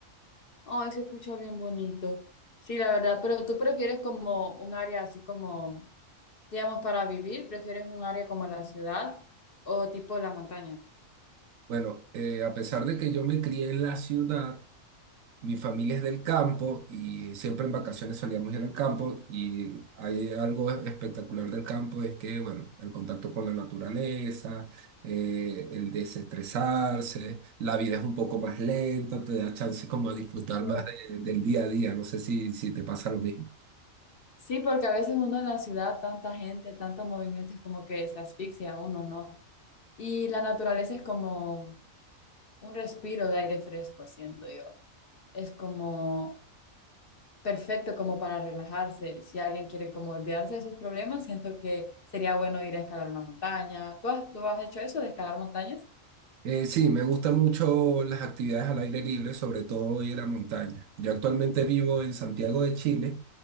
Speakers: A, on the left (about 50°); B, on the right (about 75°).
A: Oh, se escucha bien bonito. Sí, la verdad, pero tú prefieres como un área así como, digamos, para vivir, ¿prefieres un área como la ciudad o tipo la montaña?
B: Bueno, eh, a pesar de que yo me crié en la ciudad, Mi familia es del campo y siempre en vacaciones solíamos ir al campo y hay algo espectacular del campo, es que, bueno, el contacto con la naturaleza, eh, el desestresarse, la vida es un poco más lenta, te da chance como a disfrutar
A: Sí.
B: más de- del día a día, no sé si, si te pasa lo mismo.
A: Sí, porque a veces uno en la ciudad, tanta gente, tanto movimiento, es como que se asfixia uno, ¿no? Y la naturaleza es como un respiro de aire fresco, siento yo. Es como perfecto como para relajarse. Si alguien quiere como olvidarse de sus problemas, siento que sería bueno ir a escalar una montaña. ¿Tú has, tú has hecho eso de escalar montañas?
B: Eh, sí, me gustan mucho las actividades al aire libre, sobre todo y en la montaña. Yo actualmente vivo en Santiago de Chile